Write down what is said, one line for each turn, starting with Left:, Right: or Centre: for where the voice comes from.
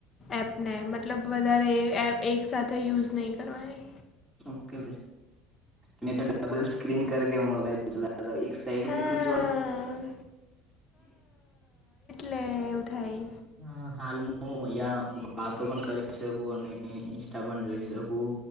Left: એપને મતલબ વધારે એક સાથે, યુઝ નહીં કરવાની.
Centre: ઓકે મેં ડબલ સ્ક્રીન કર મોબાઈલ ચલાવે. સાઈડ
Left: હા
Centre: બીક હો,
Left: બેવ ઉઠાય,
Centre: હ હાલ હું અહીં વાતો પણ કરી શકું અને ઇન્સ્ટા પણ જોઈ શકું.